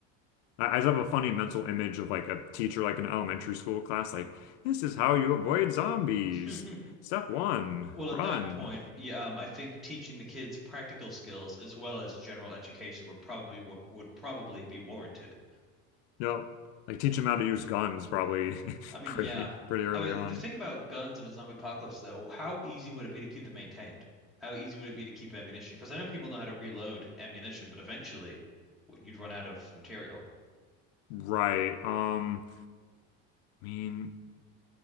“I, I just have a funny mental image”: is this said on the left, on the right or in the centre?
Left